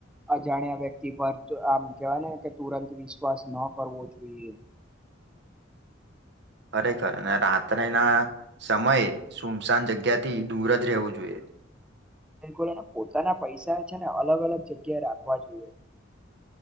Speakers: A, in the centre; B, on the right.
A: અજાણ્યા વ્યક્તિ પર આમ કેવાય ને કે તુરંત વિશ્વાસ ન કરવો જોઈએ
B: <unintelligible> ખરેખર અને રાત્રે ના સમયે સુમસાન જગ્યાથી દૂર જ રહેવું જોઈએ <unintelligible>
A: બિલકુલ અને પોતાના પૈસા છે ને અલગ અલગ જગ્યાએ રાખવા જોઈએ